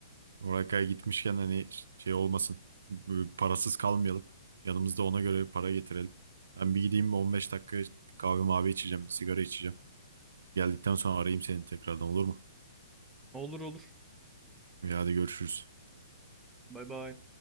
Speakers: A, on the right; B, in the centre.
A: Oraya gitmişken hani şey olmasın. Böyle Parasız kalmayalım. Yanımızda ona göre para getirelim. Ben bir gideyim bir 15 dakika kahve mavi içeceğim. Bir sigara içeceğim. Geldikten sonra arayayım seni tekrardan olur mu?
B: Olur olur.
A: Ya Hadi görüşürüz.
B: Bay bay.